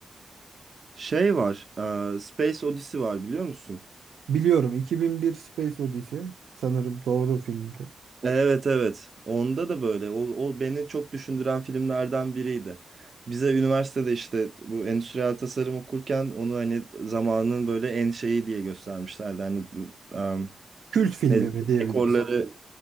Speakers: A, on the right; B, on the right.
A: Şey var, e, Space Odyssey var biliyor musun?
B: Biliyorum 2001 Space Odyssey sanırım doğru filmdi.
A: Evet evet. Onda da böyle. O, o beni çok düşündüren filmlerden biriydi. Bize üniversitede işte bu endüstriyel tasarım okurken onu hani zamanın böyle en şeyi diye göstermişlerdi. Hani bu, em,
B: Kült filmi
A: ne
B: mi diyebiliriz.
A: dekorları